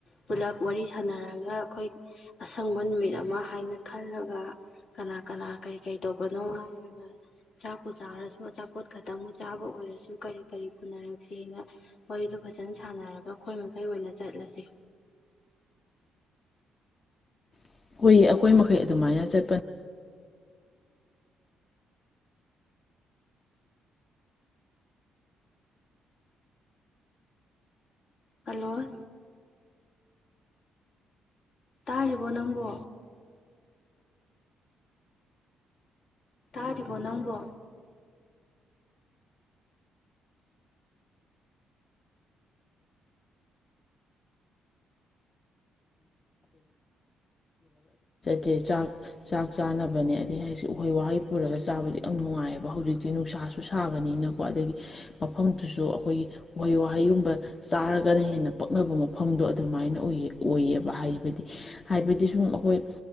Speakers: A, on the left (about 65°); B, on the left (about 30°).
A: ꯄꯨꯂꯞ ꯋꯥꯔꯤ ꯁꯥꯅꯔꯒ ꯑꯩꯈꯣꯏ ꯑꯁꯪꯕ ꯅꯨꯃꯤꯠ ꯑꯃ ꯍꯥꯏꯅ ꯈꯜꯂꯒ ꯀꯅꯥ ꯀꯅꯥ ꯀꯩ ꯀꯩ ꯇꯧꯕꯅꯣ ꯍꯥꯏꯔꯒ ꯆꯥꯛꯄꯨ ꯆꯥꯔꯁꯨ ꯑꯆꯥꯄꯣꯠ ꯈꯛꯇꯪꯕꯨ ꯆꯥꯕ ꯑꯣꯏꯔꯁꯨ ꯀꯔꯤ ꯀꯔꯤ ꯐꯅꯔꯛꯁꯦꯅ ꯋꯥꯔꯤꯗꯨ ꯐꯖꯅ ꯁꯥꯟꯅꯔꯒ ꯑꯩꯈꯣꯏ ꯃꯈꯩ ꯑꯣꯏꯅ ꯆꯠꯂꯁꯤ
B: ꯑꯩꯈꯣꯏ ꯑꯩꯈꯣꯏ ꯃꯈꯩ ꯑꯗꯨꯃꯥꯏꯅ ꯆꯠꯄꯅꯤ
A: ꯍꯜꯂꯣ ꯇꯥꯔꯤꯕꯣ ꯅꯪꯕꯣ ꯇꯥꯔꯤꯕꯣ ꯅꯪꯕꯣ
B: ꯆꯦ ꯆꯥꯛ ꯆꯥꯛ ꯆꯥꯅꯕꯅꯦ ꯑꯩ ꯍꯥꯏꯁꯦ ꯎꯍꯩ ꯋꯥꯍꯩ ꯄꯨꯔꯒ ꯆꯥꯕꯗ ꯌꯥꯝ ꯅꯨꯡꯉꯥꯏꯌꯦꯕ ꯍꯧꯖꯤꯛꯇꯤ ꯅꯨꯡꯁꯥꯁꯨ ꯁꯥꯕꯅꯤꯅꯀꯣ ꯑꯗꯒꯤ ꯃꯐꯝꯗꯨꯁꯨ ꯑꯩꯈꯣꯏꯒꯤ ꯎꯍꯩ ꯋꯥꯍꯩꯒꯨꯝꯕ ꯆꯥꯔꯒꯅ ꯍꯦꯟꯅ ꯄꯛꯅꯕ ꯃꯐꯝꯗꯣ ꯑꯗꯨꯃꯥꯏꯅ ꯎꯏꯌꯦ ꯑꯣꯏꯌꯦꯕ ꯍꯥꯏꯕꯗꯤ ꯍꯥꯏꯕꯗꯤ ꯁꯨꯝ ꯑꯩꯈꯣꯏ